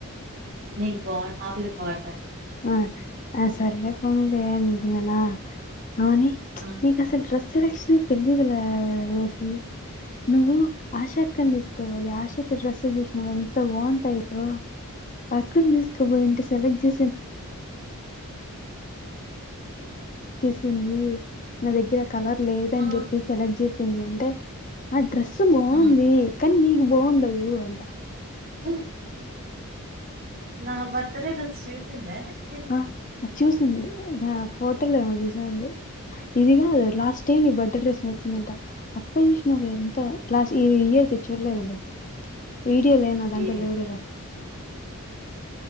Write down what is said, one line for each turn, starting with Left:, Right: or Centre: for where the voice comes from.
Right: ని బ ఆలు పటి
Left: ఆ అస్ సర్లేేపోనీద ఏ అంటన్నానా అనే
Right: ఆ
Left: మీ కాసలు ట్రస్ సెలక్షన్ తెలిదల దసి నువ్వు ఆశక్కని తీసుకోవాలి ఆశ క్కడ డ్రస్ చసిన ఎంత బాగుంటాయో అక్కడ తీసుకుపోయి ఇంటి సెలెక్ట్ చే ఇది నా దగ్గర కలర్ లేద అని
Right: ఆ
Left: చెప్పి సెలెక్ట్ చేస్త ఉంది అంటే అ డ్రెస్ బాగుంది
Right: ఆ
Left: కానీ నీకు బాగుండదు ఉ అంట
Right: ఉ నా బర్తడే డ్రెస్ చూస్వారా చిర్
Left: ఆ అది చూసింది ఫోటోలో ఏమో చూసింది ఇది కాదు లాస్ట్ టైం నీ బర్త్డే డ్రెస్ నచ్చిందంట అక్క చూసిన ఒక ఎంత లాస్ట్ ఇయర్ది చూడలేదు అది వీడియోలేనాదాంట
Right: ఏ
Left: లేయ కదా